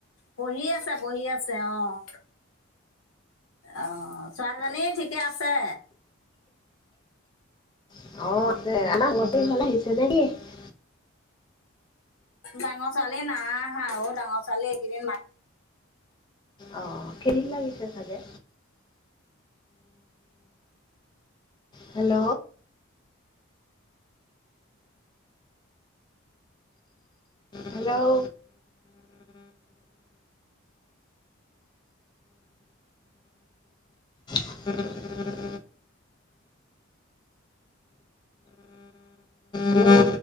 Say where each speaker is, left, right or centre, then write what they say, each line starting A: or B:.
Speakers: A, on the left (about 70°); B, on the left (about 20°).
A: পঢ়ি আছে, বহি আছে, অ'। অ', ছোৱালীজনী ঠিকে আছে?
B: <unintelligible>
A: ডাঙৰ ছোৱালী নাই আহা অ। ডাঙৰ ছোৱালী এইকেইদিন মা
B: অ', খেতিত লাগিছে চাগে। হেল্ল'!
A: <inaudible>
B: হেল্ল'! <inaudible> উম